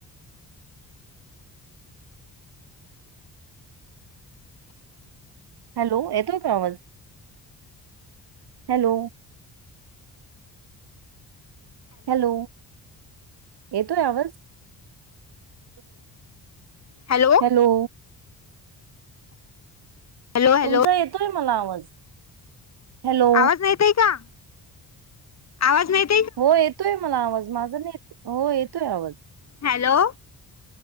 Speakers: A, on the right; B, on the left.
A: Hello, येतोय का आवाज? हॅलो. हॅलो, येतोय आवाज? हो <inaudible>
B: हॅलो.
A: हॅलो.
B: हॅलो हॅलो
A: तुमचा येतोय मला आवाज? हॅलो,
B: आवाज नाही येतय का? आवाज नाही येत.
A: हो येतोय मला आवाज, माझा नाही येत, हो येतोय आवाज.
B: हॅलो.